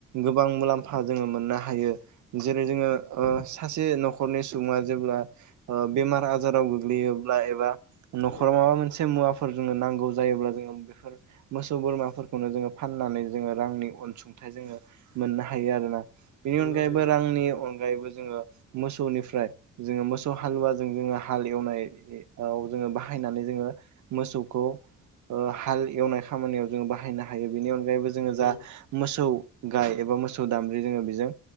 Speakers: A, on the right (about 70°); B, on the left (about 85°).
A: गोबां मुलाम्फा जोङो मोननो हायो जेरै जोङो
B: दे
A: ओ सासे न'खरनि सुबुङा जेब्ला बेमार आजाराव गोग्लैयोब्ला एबा न'खराव
B: औ
A: माबा मोनसे मुवाफोर जोंनो नांगौ जायोब्ला जोङो बेफोर मोसौ बोरमाफोरखौनो जोङो फाननानै जोङो रांनि अनसुंथाइ जोङो मोननो हायो आरोना बेनि
B: मोननो
A: अनगायैबो
B: हायो ओं
A: रांनि अनगायैबो जोङो मोसौनिफ्राय जोङो मोसौ हालुवाजों जोङो हाल एवनाय जोङो बाहाय नानै जोङो मोसौखौ ओ हाल एवनाय खामानियाव जों बाहायनो हायो बेनि अनगायैबो जोङो जा
B: औ
A: मोसौ गाय एबा मोसौ दामब्रि जोङो बेजों